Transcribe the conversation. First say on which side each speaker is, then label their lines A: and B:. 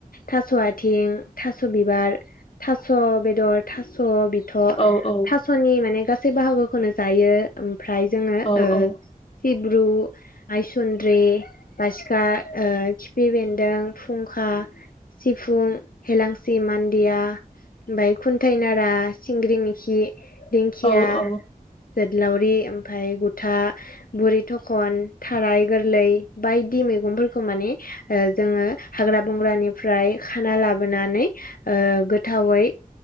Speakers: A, on the left; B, on the left.
A: थास' आथिं, थास' बिबार थास' बेदर थास' बि थ'
B: औ औ
A: थास'नि माने गासै बाहागोखौनो जायो ओमफ्राय जोङो ओ
B: औ औ
A: सिब्रु आइसन्द्रि बासिखा ओ खिफि बेन्दों फुंखा सिफुं हेेलांसि मान्दिया ओमफाय खुन्थायाइ नारा सिंग्रि मिखि दिंखिया
B: औ औ
A: जोदलावरि ओमफ्राय गुथा बुरि थखन थाराय गोरलै बायदि मैगंफोरखौ माने ओ जोङो हाग्रा बंग्रानिफ्राय खाना लाबोनानै ओ गोथावै